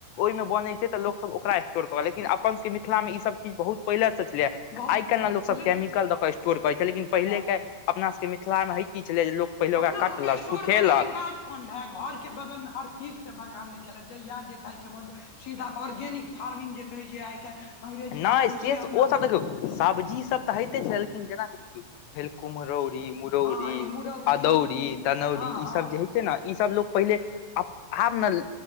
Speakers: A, on the left; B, on the left.
A: ओहिमे बनैत छै तऽ लोकसभ ओकरा <unintelligible> लेकिन अपन सबके मिथिला मे ई सब चीज बहुत पहिले से छलैयै
B: बहुत
A: आइ काइल ने लोक सब
B: लेक
A: केमिकल दऽ क स्टो टोर करैत छै लेकिन पहिलेके
B: हँ
A: अपना सबके मिथिला मे है की छलै जे लोक पहिले
B: अपना
A: ओकरा कटलक,
B: सबके स्टोर
A: सुखेलक
B: करे के काज कोन रहै घर के बगलमे हर चीज के बगान रहै छलै जहिया जे खायके मन सीधा ऑर्गेनिक फार्मिंग जे कहे छै आइ काल्हि अंग्रेजी
A: नहि
B: भाषा
A: से
B: में अपना
A: ओ सब देख सब्जी सब तऽ होइते छै लेकिन जेनाकि देखियौ भेल कुम्हरौरी दौरी,
B: हँ ई मुरौरी
A: अदौरी,
B: हँ
A: दनौरी ई
B: हँ
A: सब जे हय ने ई सब लोक पहिले अब आब ने